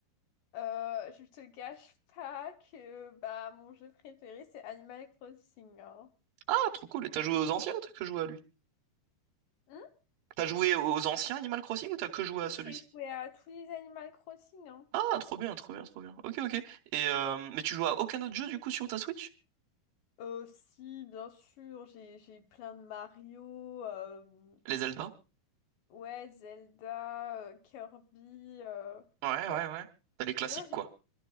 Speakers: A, on the left; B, on the right.
A: Euh, je te cache pas que bah mon jeu préféré c'est Animal Crossing. hein.
B: Ah, trop cool. Et t'as joué aux anciens ou t'as que joué à lui?
A: Hmm
B: T'as joué aux anciens Animal Crossing ou t'as que joué à celui-ci?
A: J'ai joué à tous les Animal Crossing. hein.
B: Ah, trop bien, trop bien, trop bien. Ok, ok. Et euh, mais tu joues à aucun autre jeu du coup sur ta Switch?
A: Euh, si, bien sûr, j'ai j'ai plein de Mario, euh,
B: Les Zelda?
A: ouais, Zelda, euh, Kirby, euh,
B: Ouais,
A: tout ça.
B: ouais, ouais. T'as les classiques,
A: Non, j'ai-
B: quoi.